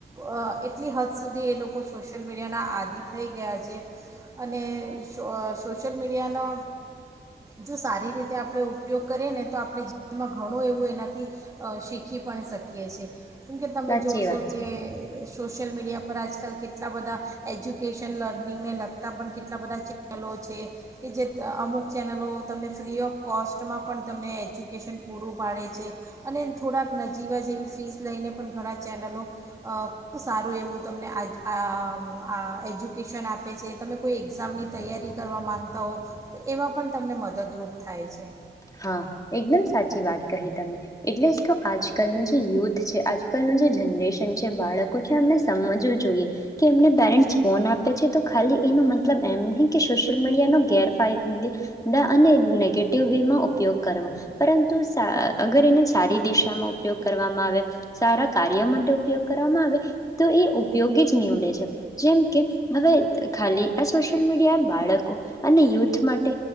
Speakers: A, on the right; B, on the left.
A: અ એટલી હદ સુધી એ લોકો સોશિયલ મીડિયાના આદિ થઈ ગયા છે અને અ સોશિયલ મીડિયાનો જો સારી રીતે આપણે ઉપયોગ કરીએ ને તો આપણે જીવનમાં ઘણું એવું એનાથી અ શીખી પણ શકીએ છે. કેમકે તમે
B: સાચી
A: જોશો
B: વાત
A: કે
B: છે
A: સોશયલ મીડિયા પણ આજકાલ કેટલા બધા એજ્યુકેશન લર્નિંગને લગતાં પણ કેટલા બધા ચેનલો છે કે જે અમુક ચેનલો તમને ફ્રી ઓફ કોસ્ટમાં પણ તમને એજ્યુકેશન પૂરું પાડે છે અને થોડાક નજીવા જેવી ફીસ લઈને પણ ઘણા ચેનલો અ સારું એવું તમને આ આ આ એજ્યુકેશન આપે છે તમે કોઈ એક્ઝામની તૈયારી કરવા માગતા હો તો એમાં પણ તમને મદદરૂપ થાય છે.
B: હા એકદમ સાચી વાત કહી તમે. એટલે જ તો આજકાલનો જે યુથ છે આજ આકાલનું જે જનરેશન છે બાળકો છે એમને સમજવું જોઈએ કે એમને પેરેન્ટ્સ ફોન આપે છે તો ખાલી એનો મતલબ એમ નહી કે સોશિયલ મીડિયા નો ગેરફાયદા અને નેગેટિવ વેમાં ઉપ ઉપયોગ કરવો પરંતુ સા અગર એને સારી દિશામાં ઉપયોગ કરવામાં આવે સારા કાર્ય માટે ઉપયોગ કરવામાં આવે તો એ ઉપયોગી જ નીવડે છે. જેમકે હવે ખાલી આ સોશિયલ મીડિયા બાળકો અને યુથ માટે